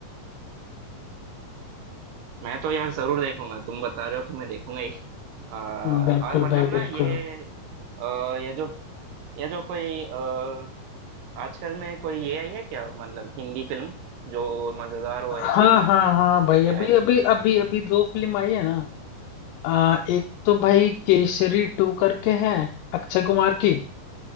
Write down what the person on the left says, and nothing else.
बिल्कुल
भाई
बिल्कुल
हाँ
हाँ हाँ भाई
अभी
अभी अभी अभी दो फिल्म आई है ना आ, एक तो भाई केसरी टू करके है अक्षय कुमार की